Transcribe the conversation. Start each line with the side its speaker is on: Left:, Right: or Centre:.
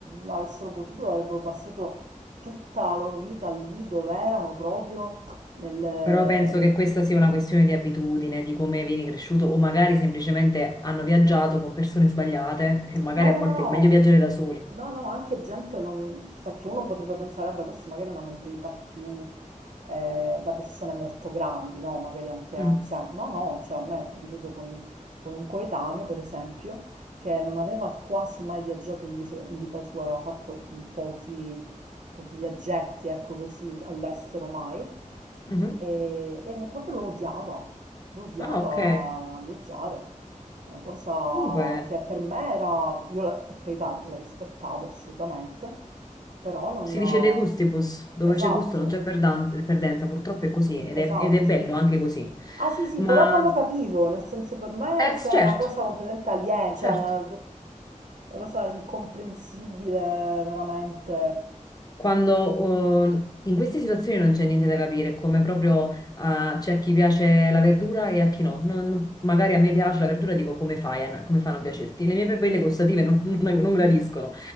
Right: avessero potuto avrebbero passato tutta la loro vita lì dove erano proprio nel,
Left: Però penso che questa sia una questione di abitudine, di come vieni cresciuto, o magari semplicemente hanno viaggiato con persone sbagliate e magari
Right: No,
Left: a
Right: no,
Left: volte
Right: no, no.
Left: è meglio viaggiare da soli.
Right: No, no, anche gente non... perché uno potrebbe pensare, vabbè, questa magari è una mentalità più eh, da persone molto grandi, no? Magari anche anziane.
Left: Mm.
Right: No, no, cioè a me è capitato con, con un coetaneo, per esempio, che non aveva quasi mai viaggiato in, vis- in vita sua, aveva fatto pochi, pochi viaggetti, ecco così, all'estero mai,
Left: Mhm.
Right: e, e proprio lo odiava, lo odiava
Left: Ah, ok.
Right: viaggiare. Una cosa
Left: Comunque,
Right: che per me era, io la- per carità la rispettavo assolutamente, però non...
Left: si dice de gustibus, dove
Right: Esatto,
Left: c'è gusto non c'è perdan- perdenza, purtroppo è così ed
Right: esatto.
Left: è, ed è bello anche così.
Right: Ah sì sì,
Left: Ma,
Right: però non lo capivo, nel senso per me
Left: eh,
Right: c'è
Left: sì, certo,
Right: una cosa completamente aliena,
Left: certo.
Right: cioè una, una cosa incomprensibile veramente.
Left: quando oh, in queste situazioni non c'è niente da capire, è come proprio ah, c'è a chi piace la verdura e a chi no. Non- non- magari a me piace la verdura, dico come fai a, n- come fa a non piacerti? Le mie papille gustative non, <laughs> non- non gradiscono,